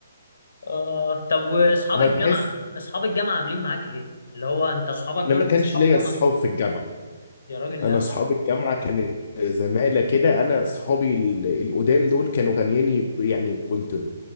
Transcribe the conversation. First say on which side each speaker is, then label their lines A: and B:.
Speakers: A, on the left; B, on the left.
A: اه طب واصحاب
B: هتحس
A: الجامعه اصحاب الجامعه عاملين معاك ايه اللي هو انت اصحابك
B: أنا
A: دول
B: ما كانش
A: اصحاب
B: ليا
A: جامعه
B: أصحاب في الجامعة
A: يا راجل
B: انا
A: لا
B: اصحاب الجامعه كانت زمايله كده انا اصحابي ال- القدام دول كانوا غنياني يعني كنت